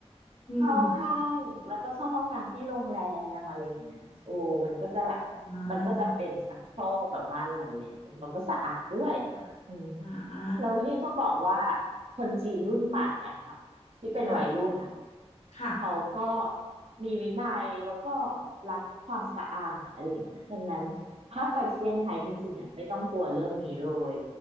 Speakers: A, on the right; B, on the left.
A: เข้าห้างแล้วก็เข้าห้องน้ำที่โรงแรมอะไรอย่างเงี้ยโอ้มันก็จะแบบ
B: ม อ่
A: มันก็จะเป็นชักโครกแบบบ้านเราแล้วแล้วก็สะอาดด้วย
B: าค่ะ
A: อืม
B: อ่าอ่า
A: เราเรียกต้องบอกว่าคนจีนรุ่นใหม่อะค่ะที่เป็นวัยรุ่นอะ
B: ค่ะค่ะ
A: เขาก็มีวินัยแล้วก็รักความสะอาดอะไรอย่างเงี้ยดังนั้นถ้าไปเซี่ยงไฮ้จริงๆอะไม่ต้องกลัวเรื่องนี้เลย